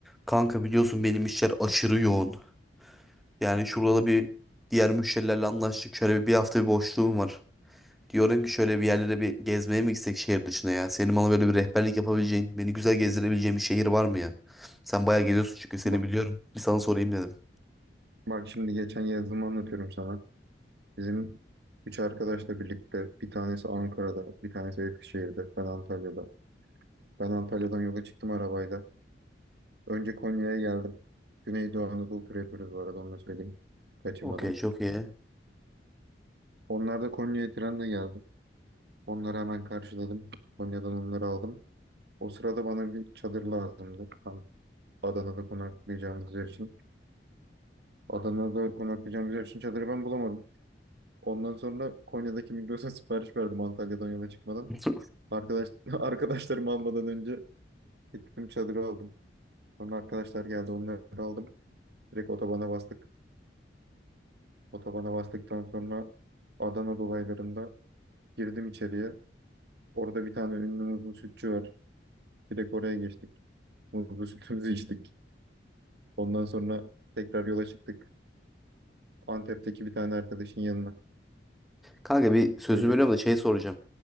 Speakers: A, in the centre; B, on the right (about 60°).
A: Kanka biliyorsun benim işler aşırı yoğun. Yani şurada bir diğer müşterilerle anlaştık. Şöyle bir, bir hafta bir boşluğum var. Diyorum ki şöyle bir yerlere bir gezmeye mi gitsek şehir dışına ya? Senin bana böyle bir rehberlik yapabileceğin, beni güzel gezdirebileceğin bir şehir var mı ya? Sen bayağı geziyorsun çünkü seni
B: Bak,
A: biliyorum. Bir sana sorayım dedim.
B: bak şimdi geçen yazımı anlatıyorum sana. Bizim üç arkadaşla birlikte bir tanesi Ankara'da, bir tanesi Eskişehir'de, ben Antalya'da. Ben Antalya'dan yola çıktım arabayla. Önce Konya'ya geldim. Güneydoğu Anadolu turu yapıyoruz bu arada onu da söyleyeyim. Kaçırmadan.
A: Okey çok iyi.
B: Onlar da Konya'ya trenle geldi. Onları hemen karşıladım. Konya'dan onları aldım. O sırada bana bir çadır lazımdı. Tam Adana'da konaklayacağımız yer için. Adana'da konaklayacağımız yer için çadırı ben bulamadım. Ondan sonra Konya'daki Migros'a sipariş verdim Antalya'dan yola çıkmadan.
A: <laughs>
B: Arkadaş, <laughs> arkadaşlarımı almadan önce gittim çadırı aldım. Sonra arkadaşlar geldi onları aldım. Direkt otobana bastık. Otobana bastıktan sonra Adana dolaylarında girdim içeriye. Orada bir tane ünlü muzlu sütçü var. Direkt oraya geçtik. Muzlu sütümüzü içtik. Ondan sonra tekrar yola çıktık. Antep'teki bir tane arkadaşın yanına.
A: Kanka bir sözünü
B: Böyle.
A: bölüyorum da şey soracağım.